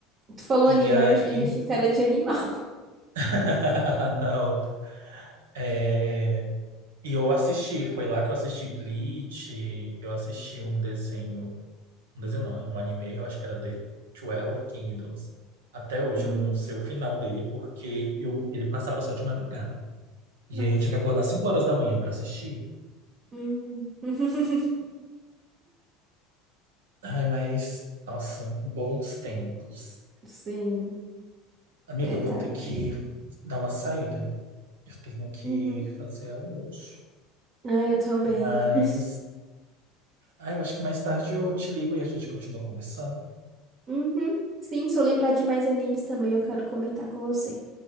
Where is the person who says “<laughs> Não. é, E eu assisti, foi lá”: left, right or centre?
Right